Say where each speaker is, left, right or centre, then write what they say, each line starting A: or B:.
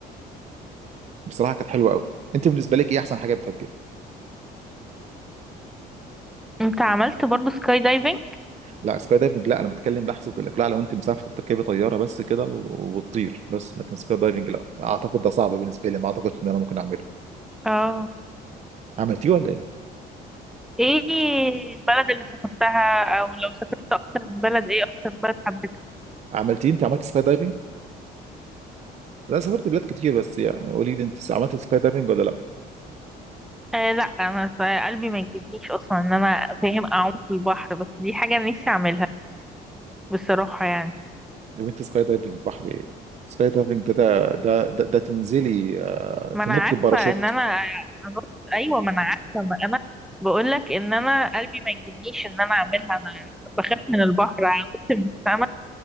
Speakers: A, on the right; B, in the centre.
A: بصراحه كانت حلوه قوي انت بالنسبه لك ايه احسن حاجه بتحبيها
B: أنت عملت برضو سكاي دايفنج
A: لا سكاي دايفنج لا انا بتكلم لحظه الاقلاع لو انت مسافر تركبي طياره بس كده و- وتطير بس لكن سكاي دايفنج لا اعتقد ده صعب بالنسبه لي ما اعتقدش ان انا ممكن اعمله
B: اه
A: عملتيه ولا ايه
B: ايه البلد اللي سافرتها او لو سافرت اكتر من بلد ايه اكتر بلد حبيتها
A: عملتيه انت عملت سكاي دايفنج لا سافرت بلاد كتير بس يعني قولي لي انت عملت سكاي دايفنج ولا لا
B: آه لا انا ص- قلبي ما يجيبنيش اصلا ان انا فاهم اعوم في البحر بس دي حاجه نفسي اعملها بصراحه يعني
A: يا بنتي سكاي دايفنج بحر ايه سكاي دايفنج ده ده ده ده, ده تنزلي آه،
B: ما
A: تنطي
B: انا عارفه
A: باراشوت
B: ان انا أنط... ايوه ما انا عارفه ما انا بقول لك ان انا قلبي ما يجيبنيش ان انا اعملها انا بخاف من البحر انط من السماء